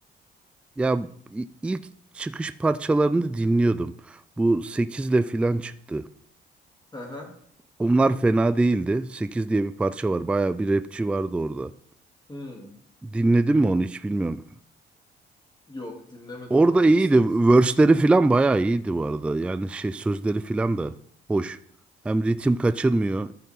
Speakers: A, in the centre; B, on the left (about 20°).
A: ya i- ilk çıkış parçalarını dinliyordum. Bu 8'le filan çıktı.
B: Hı hı.
A: Onlar fena değildi. 8 diye bir parça var. Bayağı bir rapçi vardı orada.
B: Hmm.
A: Dinledin mi onu hiç bilmiyorum.
B: Yok dinlemedim
A: Orada
B: abi
A: iyiydi.
B: hiç seks.
A: Verse'leri falan bayağı iyiydi bu arada. Yani şey sözleri falan da hoş. Hem ritim kaçırmıyor.